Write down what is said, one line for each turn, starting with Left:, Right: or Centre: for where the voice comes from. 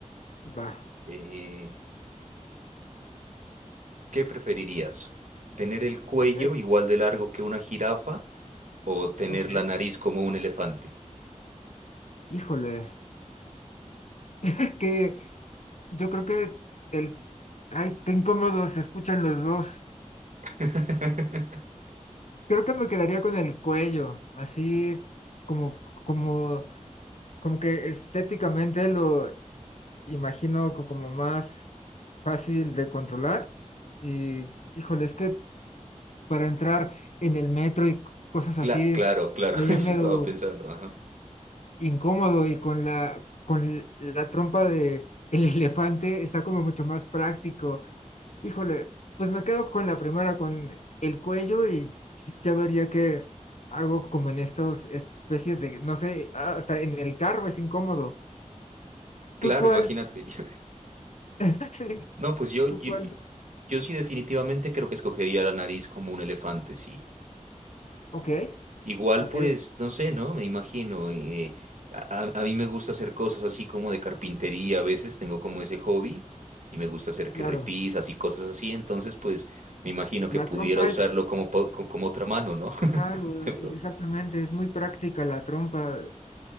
Left: Va,
Right: Eh, ¿qué preferirías? ¿Tener el cuello
Left: ok,
Right: igual de largo que una jirafa? O tener
Left: ok.
Right: la nariz como un elefante.
Left: Híjole, es que yo creo que el... Ay, qué incómodo se escuchan los dos.
Right: <laughs>
Left: Creo que me quedaría con el cuello, así como, como Como que estéticamente lo imagino co- como más fácil de controlar y, híjole, es que para entrar en el metro y c- cosas así
Right: Cla- claro,
Left: es
Right: claro,
Left: ya
Right: <laughs> eso
Left: medio
Right: estaba pensando. ajá.
Left: incómodo y con la con la trompa de el <laughs> elefante está como mucho más práctico. Híjole, pues me quedo con la primera, con el cuello y ya vería que algo como en estas especies de, no sé, hasta en el carro es incómodo.
Right: Claro,
Left: ¿Tú cuál
Right: imagínate. <laughs>
Left: <laughs> Sí,
Right: No, pues yo, yo,
Left: tú cuál.
Right: yo yo sí definitivamente creo que escogería la nariz como un elefante, sí.
Left: Ok,
Right: Igual,
Left: ok,
Right: pues, no sé, ¿no? Me imagino. eh, a, a- a mí me gusta hacer cosas así como de carpintería a veces, tengo como ese hobby y me gusta hacer que
Left: claro.
Right: repisas y cosas así, entonces, pues, me imagino que
Left: La
Right: pudiera
Left: trompa
Right: usarlo
Left: es,
Right: como, po- co- como otra mano, ¿no? <laughs>
Left: claro,
Right: De
Left: es-
Right: pronto.
Left: exactamente, es muy práctica. La trompa